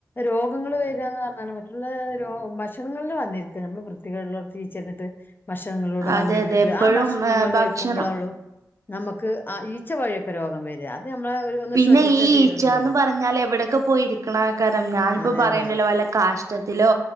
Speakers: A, on the left; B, on the right.
A: രോഗങ്ങള് വരാന്ന് പറഞ്ഞാല്, മറ്റുള്ള രോ ഭക്ഷണങ്ങളില് വന്നിരിക്ക നമ്മള് വൃത്തികേടുള്ളിടത്ത് ഈച്ച ഇരുന്നിട്ട് ഭക്ഷണങ്ങളിലൂടെ
B: അതെ
A: വന്നിരുന്നിട്ട്.
B: അതെ എപ്പോഴും
A: ആഹ് ഭക്ഷണം നമ്മൾ
B: ഭക്ഷണം
A: കഴിക്കുമ്പള ളു. നമ്മക്ക് ആഹ് ഈച്ച വഴിയൊക്കെ രോഗം വര്വാ. അത് ഞമ്മളെ ഒരു ഒന്ന്
B: പിന്നെ
A: ശ്രദ്ധിച്ചാൽ
B: ഈ
A: തീരുന്നതുള്ളൂ
B: ഈച്ചാന്ന് പറഞ്ഞാല് എവിടെയൊക്കെ പോയി ഇരിക്കണ കാരണം ഞാനിപ്പോ
A: അതെ
B: പറയേണ്ടല്ലോ,
A: അതെ
B: വല്ല കാഷ് ഠത്തിലോ